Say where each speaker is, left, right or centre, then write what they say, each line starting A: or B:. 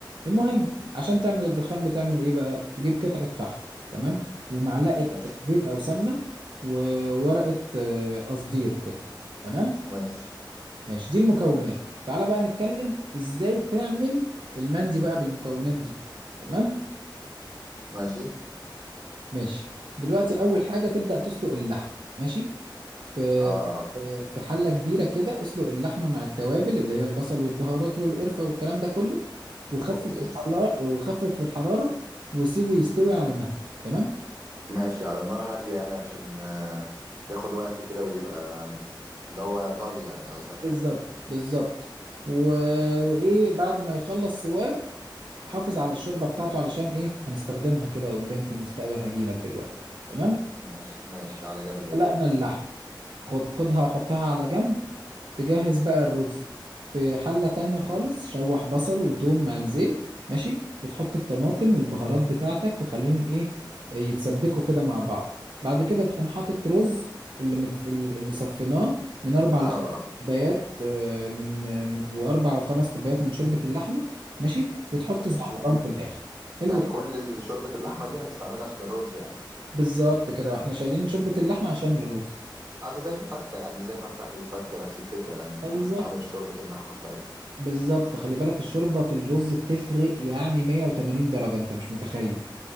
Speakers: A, on the right; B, on the right.
A: المهم عشان تعمل الدخان بتعمل ايه بقى تجيب قطعه فحم تمام ومعلقه
B: ماشي
A: زيت او سمنه وورقه آه، قصدير كده تمام
B: ماشي
A: ماشي دي المكونات تعالى بقى نتكلم ازاي تعمل المندي بقى بالمكونات دي تمام
B: ماشي
A: ماشي دلوقتي اول حاجه تبدا تسلق اللحم ماشي في
B: اه
A: في حله كبيره كده اسلق اللحمه مع التوابل اللي هي البصل والبهارات والقرفه والكلام ده كله وخفف
B: اوكي
A: الحراره وخفف الحراره وسيبه يستوي على مهله تمام
B: ماشي على نار هادية يعني عشان آه ياخد وقته كده ويبقى آم، اللي هو طري يعني قصدك
A: بالظبط
B: يعني
A: بالظبط و... وايه بعد ما يخلص سواه حافظ على الشوربه بتاعته علشان ايه هنستخدمها كده قدام في المستقبل هجيلك دلوقتي تمام
B: ماشي ماشي على جنب ايه
A: سلقنا اللحم خد خدها وحطها على جنب تجهز بقى الرز في حلة تانية خالص شوح بصل وتوم مع الزيت ماشي وتحط الطماطم والبهارات بتاعتك وخليهم ايه يتسبكوا كده مع بعض بعد كده تقوم حاطط رز اللي مت... اللي صفيناه من اربع
B: اه
A: لخمس كوبايات آه، من من- واربع وخمس كوبايات من شوربة اللحمة ماشي وتحط
B: ماشي
A: الزعفران في الاخر حلو
B: يعني
A: كده
B: كل ال- شوربة اللحمة دي هنستعملها عشان الرز يعني
A: بالظبط كده واحنا شايلين شوربة اللحمة عشان الرز
B: حتى زي الفتة يعني زي ما بتعمل الفتة نفس الفكرة يعني
A: ايوه
B: هستعمل شوربة اللحمة بتاعتها
A: بالظبط خلي بالك الشوربة في الرز بتفرق يعني 180 درجة انت مش متخيل